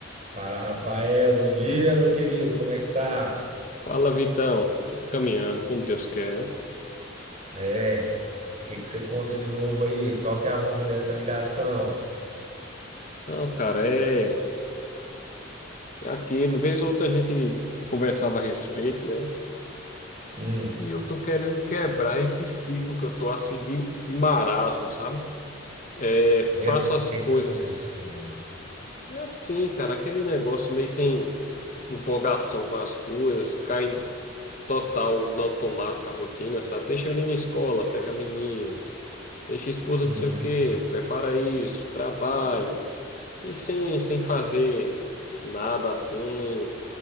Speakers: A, on the right; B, on the left.
A: Fala, Rafael, bom dia, meu querido, como é que tá?
B: Fala, Vitão. Tudo caminhando, como Deus quer, né?
A: É, o que que você conta de novo aí? Qual que é a honra dessa ligação?
B: Não, cara, é, é aquilo. Vez ou outra a gente conversava a respeito, né?
A: Hum,
B: E eu tô querendo quebrar esse ciclo que eu tô assim de, de marasmo, sabe? É, faço
A: é, o
B: as
A: que
B: coisas.
A: que tá acontecendo?
B: É assim, cara, aquele negócio meio sem empolgação com as coisas, cai total no automático a rotina, sabe? Deixa o menino na escola, pega a menina, deixa a esposa
A: Uhum.
B: não sei o quê, prepara isso, trabalho. E sem, sem fazer nada assim,